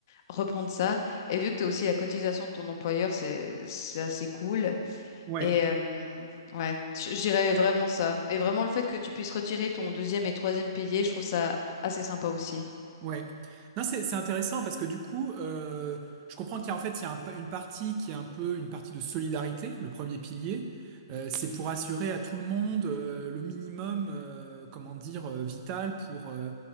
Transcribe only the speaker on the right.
Ouais,
ouais. Non, c'est c'est intéressant parce que du coup, euh, je comprends qu'il y a en fait il y a un pa- une partie qui est un peu une partie de solidarité, le premier pilier. Euh, c'est pour assurer à tout le monde euh, le minimum, euh, comment dire, euh, vital pour euh,